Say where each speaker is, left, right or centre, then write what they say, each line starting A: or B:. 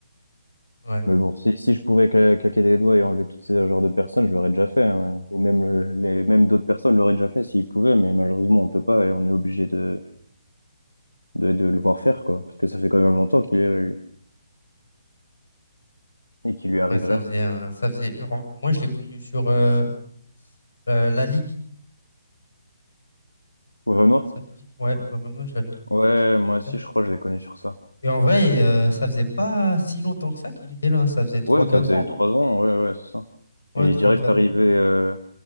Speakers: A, on the left; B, on the left.
A: Ouais,
B: Mais bon, si, si je pouvais cla- claquer des doigts et enlever toutes ces genres de personnes, je l'aurais déjà fait. hein, ouais. Ou même, le- les, même d'autres personnes l'auraient déjà fait s'ils pouvaient, mais malheureusement, on peut pas et on est obligé de, de, de le voir faire, quoi. Parce que ça fait quand même longtemps qu'il est là, lui, et qu'il lui arrive
A: ouais, ça
B: rien.
A: faisait un, ça faisait. en- Moi, je l'ai connu sur euh, euh, La Ligue,
B: Au Renoir?
A: sa musique. Ouais, ouais, Renoir, je l'avais connu
B: Ouais,
A: sur cette musique-là.
B: moi aussi, je crois que je l'ai connu sur ça.
A: Et en vrai, euh, ça faisait pas si longtemps que ça qu'il était là. hein. Ça faisait trois
B: Ouais,
A: quatre
B: ça faisait
A: ans.
B: trois ans, ouais, ouais, c'est ça.
A: Ouais,
B: Il est
A: trois
B: direct
A: quatre
B: arrivé,
A: ans.
B: euh,